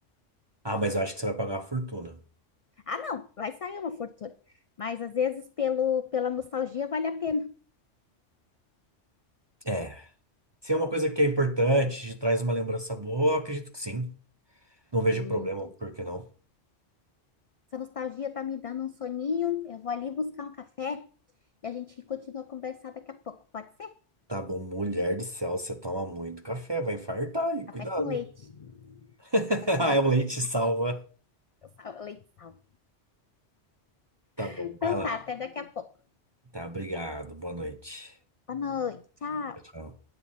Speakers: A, on the right (about 30°); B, on the left (about 60°).
A: Ah, mas eu acho que você vai pagar uma fortuna.
B: Ah, não, vai sair uma fortuna. Mas às vezes pelo, pela nostalgia vale a pena.
A: É. Se é uma coisa que é importante, te traz uma lembrança boa, eu acredito que sim. Não vejo
B: Sim.
A: problema, por que não?
B: Essa nostalgia tá me dando um soninho, eu vou ali buscar um café e a gente continua a conversar daqui a pouco, pode ser?
A: Tá bom, mulher do céu, você toma muito café, vai infartar aí,
B: Café
A: cuidado.
B: com leite.
A: <laughs>
B: É café com
A: Ah,
B: leite,
A: é o leite salva.
B: sal- leite sal.
A: Tá bom,
B: Então
A: vai lá.
B: tá, até daqui a pouco.
A: Tá, obrigado. Boa noite.
B: Boa noite, tchau.
A: Tchau.